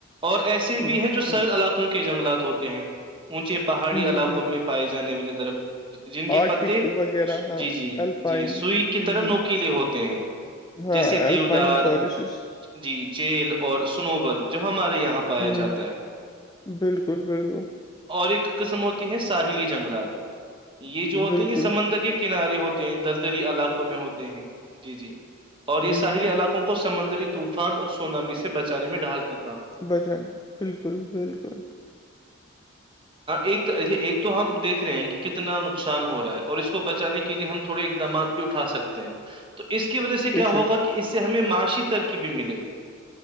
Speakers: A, on the right; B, on the left.
A: اور ایسے
B: ہ
A: بھی ہے جو سرد علاقوں کے جنگلات ہوتے ہیں اونچے پہاڑی علاقوں
B: ہ ہ
A: میں پائے جانے والے درخت جن کے
B: آرٹک
A: پتے
B: وغیرہ ہاں
A: جی جی
B: الپائن
A: جی سئی کی
B: ہ
A: طرح نوکیلے
B: ہ
A: ہوتے ہیں
B: ہاں
A: جیسے
B: اللپائن
A: دیودار
B: فاریسز
A: جی چیل اور سنوبر جو ہمارے یہاں پایا
B: ہ
A: جاتا
B: ہ
A: ہے
B: بالکل بالکل
A: اور ایک قسم ہوتی ہے ساحلی جنگلات یہ جو ہوتا
B: بالکل
A: د کے کنارے ہوتے ہیں دلدلی علاقوں میں ہوتے ہیں جی جی اور یہ
B: ہ
A: ساحلی
B: ہ ہ
A: علاقوں کو سمندری طوفان اور سونامی سے بچانے میں ڈھال کر
B: بجن بالکل بالکل
A: ایک ایک تو ہم دیکھ رہے ہیں کتنا نقصان ہو رہا ہے اور اس کو بچانے کے کے لیے ہم تھوڑے اقدامات بھی اٹھا سکتے ہیں تو اس کی وجہ سے
B: بے
A: کیا
B: شک
A: ہوگا کہ اس سے ہمیں معاشی ترکی بھی ملے گی